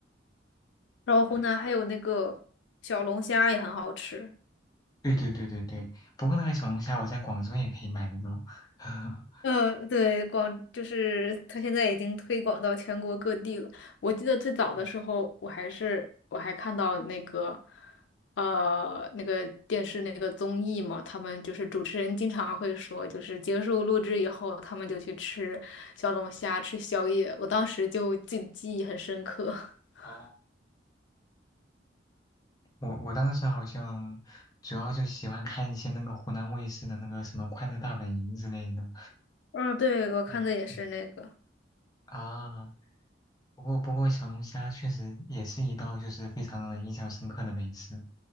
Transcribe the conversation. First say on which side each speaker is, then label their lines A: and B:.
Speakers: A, on the left (about 80°); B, on the left (about 20°).
A: 然后湖南还有那个小龙虾也很好吃。
B: 哎对对对对对。不过那个小龙虾，我在广州也可以买得到。<laughs>
A: 嗯，对，广就是它现在已经推广到全国各地了。我记得最早的时候，
B: 嗯
A: 我还是我还看到那个，呃，那个电视那个综艺嘛，他们就是主持人经常会说，就是结束录制以后，他们就去吃小龙虾、吃宵夜。我当时就记记忆很深刻。<laughs>
B: 哦，我我当时好像主要就喜欢看一些那个湖南卫视的那个什么《快乐大本营》之类的。
A: 嗯，对，我看的也是那个。
B: 嗯嗯啊。不过，不过小龙虾确实也是一道就是非常让人印象深刻的美食。